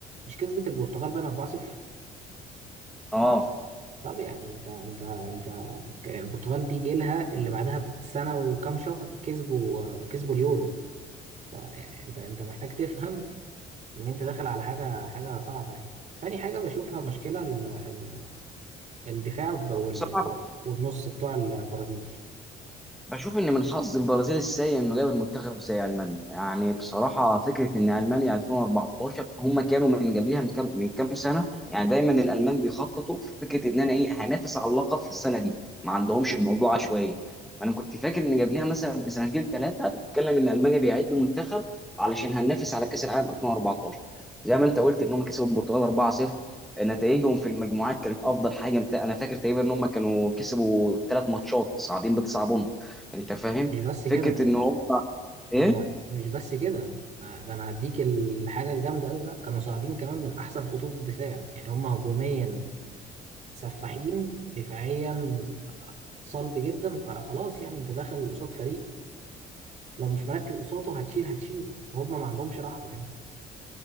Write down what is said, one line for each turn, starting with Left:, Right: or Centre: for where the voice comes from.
Right: مش كسبت البرتغال بقى 4-0
Centre: اه
Right: طب يعني انت انت انت ك- البرتغال دي جيلها اللي بعدها بسنة وكام شهر كسبوا كسبوا اليورو ف- يعني انت انت محتاج تفهم ان انت داخل على حاجة حاجة صعبة يعني تاني حاجة بشوفها مشكلة ال- ال- الدفاع ب- وال-
Centre: بصراحه
Right: والنص بتوع البرازيل
Centre: بشوف ان من حظ البرازيل السيء انه قابل منتخب زي المانيا يعني بصراحه فكره ان المانيا 2014 هم كانوا من قبلها من كام من كام سنه يعني دايما الالمان بيخططوا في فكره ان انا ايه هنافس على اللقب في السنه دي ما عندهمش الموضوع عشوائي انا كنت فاكر ان قبلها مثلا بسنتين ثلاثه بتتكلم ان المانيا بيعد منتخب علشان هننافس على كاس العالم 2014 زي ما انت قلت ان هم كسبوا البرتغال 4-0 نتائجهم في المجموعات كانت افضل حاجه مت- انا فاكر تقريبا ان هم كانوا كسبوا ثلاث ماتشات صاعدين بتسع انت فاهم
Right: مش بس
Centre: فكره
Right: كده
Centre: ان هم
Right: ده
Centre: ايه
Right: مش بس كده آه، ده انا هديك الحاجة الجامدة قوي بقى كانوا صاعدين كمان من احسن خطوط الدفاع يعني هم هجوميا سفاحين دفاعيا صلب جدا فخلاص يعني انت داخل قصاد فريق لو مش مركز قصاده هتشيل هتشيل وهم ما عندهمش رحمه يعني